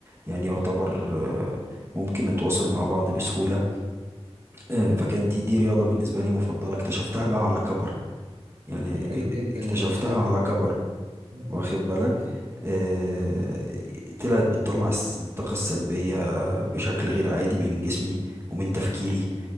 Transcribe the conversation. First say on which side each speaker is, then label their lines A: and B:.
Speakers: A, on the right (about 25°); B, on the right (about 65°).
A: يعني يعتبر آه، ممكن نتواصل مع بعض بسهوله آه، فكان دي دي رياضه بالنسبه لي مفضله اكتشفتها بقى على كبر يعني
B: حلو جدا
A: اكتشفتها
B: البتاع دي
A: على كبر
B: مم.
A: واخد بالك آه، طلعت بتطلع الس- الطاقة السلبية بشكل غير عادي من جسمي ومن تفكيري